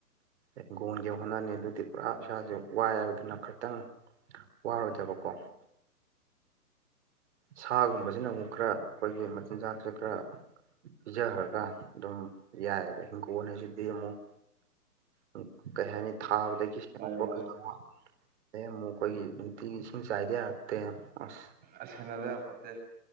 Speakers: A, on the right (about 45°); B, on the right (about 20°).
A: ꯍꯤꯡꯒꯣꯟꯒꯤ ꯍꯣꯠꯅꯅꯤ ꯑꯗꯨꯗꯤ ꯄꯨꯔꯥ ꯏꯁꯥꯁꯦ ꯋꯥꯏꯑꯕ ꯑꯗꯨꯅ ꯈꯔ ꯈꯤꯇꯪ ꯋꯥꯔꯣꯏꯗꯕꯀꯣ ꯁꯥꯒꯨꯝꯕꯖꯤꯅ ꯑꯃꯨꯛ ꯈꯔ ꯑꯈꯣꯏꯒꯤ ꯃꯆꯤꯟꯖꯥꯛꯁꯦ ꯈꯔ ꯄꯤꯖꯥꯈ꯭ꯔꯥꯒ ꯑꯗꯨꯝ ꯌꯥꯏꯕ ꯍꯤꯡꯈꯣꯜ ꯍꯥꯏꯁꯤꯗꯤ ꯑꯃꯨꯛ <unintelligible> ꯀꯩ ꯍꯥꯏꯅꯤ ꯊꯥꯕꯗꯒꯤ ꯁꯦꯝꯃꯛꯄ
B: ꯃꯥꯅꯦ ꯃꯥꯅꯦ
A: ꯀꯩꯗꯧꯕ ꯗꯩ ꯑꯃꯨꯛ ꯑꯈꯣꯏꯒꯤ ꯅꯨꯡꯇꯤꯒꯤ ꯏꯁꯤꯡ ꯆꯥꯏꯗꯥ ꯌꯥꯔꯛꯇꯦ ꯑꯁ
B: ꯑꯁ ꯁꯦꯟꯅꯗ ꯌꯥꯄꯣꯟꯇꯦ